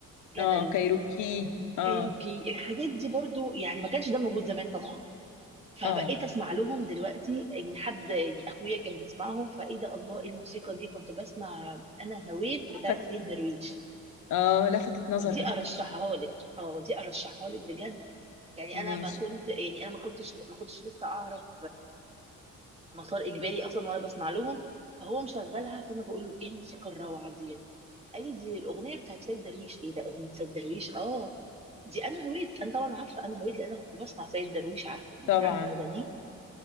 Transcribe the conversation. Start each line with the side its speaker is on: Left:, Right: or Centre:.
Right: جدل
Left: اه كايروكي اه
Right: كايروكي الحاجات دي برضو يعني ما كانش ده موجود زمان طبعا فبقيت
Left: اه
Right: اسمع لهم دلوقتي ان حد يعني اخويا كان بيسمعهم فايه ده الله ايه الموسيقى دي كنت بسمع انا هويت
Left: لفت
Right: بتاعت سيد درويش
Left: اه لفتت نظرك
Right: ودي ارشحها لك اه دي ارشحها لك بجد يعني انا
Left: ماشي
Right: ما كنت يعني انا ما كنتش ما كنتش لسه اعرف مسار اجباري اصلا وانا بسمع لهم فهو مشغلها فانا بقول له ايه الموسيقى الروعه دي قال لي دي الاغنيه بتاعت سيد درويش ايه ده اغنيه سيد درويش اه دي انا هويت انا طبعا عارفه انا هويت لان انا كنت بسمع سيد درويش عارفه يعني
Left: طبعا
Right: عارفه اغانيه